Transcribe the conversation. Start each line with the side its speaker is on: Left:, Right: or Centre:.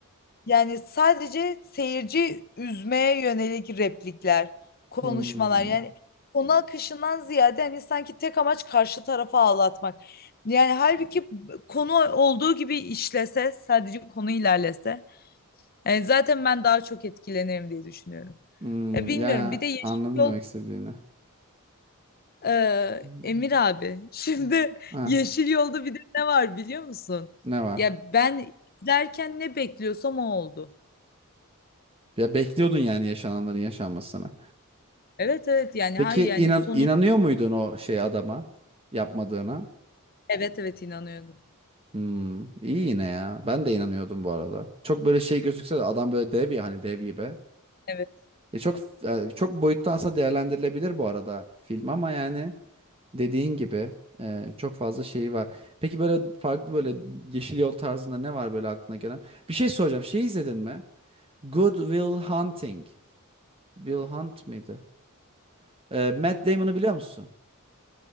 Left: yani sadece seyirci üzmeye yönelik replikler, konuşmalar
Right: Hmm.
Left: yani konu akışından ziyade hani sanki tek amaç karşı tarafa ağlatmak. Yani halbuki konu olduğu gibi işlese sadece konu ilerlese yani zaten ben daha çok etkilenirim diye düşünüyorum.
Right: Hmm.
Left: Ya bilmiyorum
Right: Ya
Left: bir de Yeşil
Right: anladım
Left: Yol
Right: demek istediğini.
Left: Ee,
Right: Hmm.
Left: Emir abi, şimdi <laughs>
Right: Ah,
Left: Yeşil Yolda bir de ne var biliyor musun?
Right: ne var?
Left: Ya ben izlerken ne bekliyorsam o oldu.
Right: Ya bekliyordun yani yaşananların yaşanmasını.
Left: Evet evet yani
Right: Peki
Left: hayır yani
Right: inan
Left: sonun
Right: inanıyor muydun o şey adama yapmadığına?
Left: evet evet inanıyordum.
Right: Hmm, iyi yine ya. Ben de inanıyordum bu arada. Çok böyle şey gözükse de adam böyle dev ya hani dev gibi.
Left: Evet.
Right: E çok e, çok boyutta aslında değerlendirilebilir bu arada film ama yani dediğin gibi e, çok fazla şeyi var. Peki böyle farklı böyle yeşil yol tarzında ne var böyle aklına gelen? Bir şey soracağım. Şey izledin mi? Good Will Hunting. Will Hunt mıydı? E, Matt Damon'u biliyor musun?